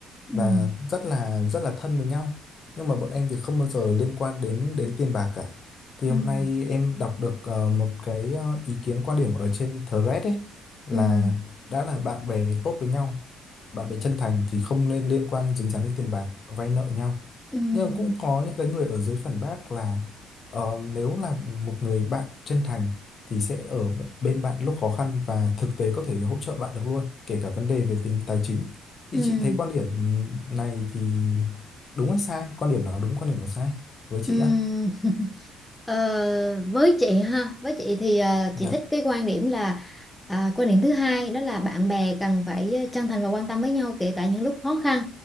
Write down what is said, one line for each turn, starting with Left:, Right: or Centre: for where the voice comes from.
Centre: Ừm,
Left: và rất là rất là thân với nhau nhưng mà bọn em thì không bao giờ liên quan đến đến tiền bạc cả thì
Centre: ừm,
Left: hôm nay em đọc được ờ, một cái ờ, ý kiến quan điểm ở trên thread ấy là
Centre: ừm,
Left: đã là bạn bè tốt với nhau bạn bè chân thành thì không nên liên quan dính dáng đến tiền bạc vay nợ nhau
Centre: ừm,
Left: nhưng mà cũng có những cái người ở dưới phản bác là Ờ, nếu là một người bạn chân thành thì sẽ ở b- bên bạn lúc khó khăn và thực tế có thể hỗ trợ bạn được luôn, kể cả vấn đề về tiền tài chính. Thì
Centre: ừm,
Left: chị thấy quan điểm này thì đúng hay sai? Quan điểm nào đúng, quan điểm nào sai với chị
Centre: ừm.
Left: á?
Centre: Ờ, với chị ha, với chị thì ờ,
Left: Dạ,
Centre: chị thích cái quan điểm là à, quan điểm thứ hai đó là bạn bè cần phải ờ, chân thành và quan tâm với nhau kể cả những lúc khó khăn.